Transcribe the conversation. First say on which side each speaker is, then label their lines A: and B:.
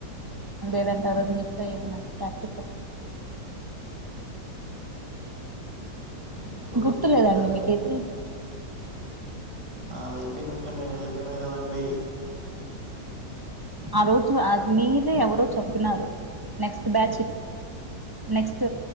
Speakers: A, on the right; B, on the right.
A: లేదంటే ఆ రోజు మిస్ అయ్యేది నాకు ప్రాక్టికల్
B: ఎట్లో
A: గుర్తులేదండి
B: అయిపోగొట్టారులేండి
A: మీకేది
B: నాది అయిపోయినాక <unintelligible> కదండి
A: ఆ రోజు మీదే ఎవరో చెప్పినారు నెక్స్ట్ బ్యాచ్ నెక్స్ట్